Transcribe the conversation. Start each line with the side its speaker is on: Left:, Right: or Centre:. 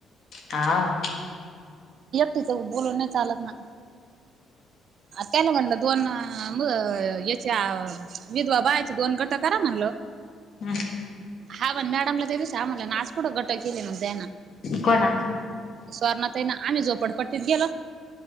Left: ह.
Right: तिथं बोलून नाही चालत ना. कायला म्हणलं दोन मग अ विध बाबायची दोन गट करा म्हणल.
Left: हा.
Right: हा बण मॅडमला तेच हा म्हला ना आज पुोढं गट केले मग जाना.
Left: को ना.
Right: स्वर्णात आहे ना आम्ही झोपडपट्टीत गेलो.